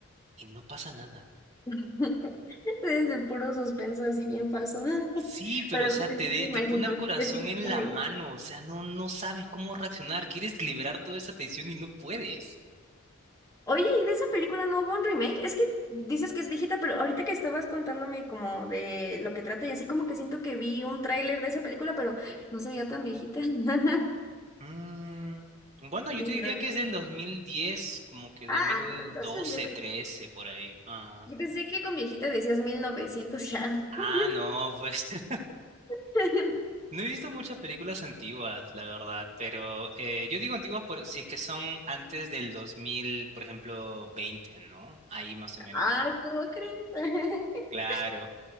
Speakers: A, on the right (about 35°); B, on the left (about 15°).
A: y no pasa nada.
B: <laughs> Es el puro suspenso así bien falso. <laughs>
A: Sí, pero
B: Pero
A: o sea,
B: sí,
A: te, de-
B: sí te imagino.
A: te pone el corazón
B: Yo sí te
A: en
B: creo.
A: la mano, o sea, no, no sabes cómo reaccionar, quieres liberar toda esa tensión y no puedes.
B: Oye, ¿y de esa película no hubo un remake? Es que dices que es viejita, pero ahorita que estabas contándome como de lo que trata y así como que siento que vi un tráiler de esa película, pero no se veía tan viejita. <laughs>
A: Mm, bueno, yo
B: ¿Quién
A: te
B: sabe?
A: diría que es del 2010, como que 2012,
B: Ah, no, entonces yo creo
A: 13,
B: que no.
A: por ahí. Ah,
B: Yo pensé que con viejita decías 1900 ya.
A: ah,
B: <laughs>
A: no, pues. <laughs>
B: <laughs>
A: No he visto muchas películas antiguas, la verdad, pero eh, yo digo antiguas por si es que son antes del 2000, por ejemplo, 20, ¿no? Ahí más o menos
B: Ah,
A: diría que es
B: ¿cómo
A: antiguo.
B: crees? <laughs>
A: Claro.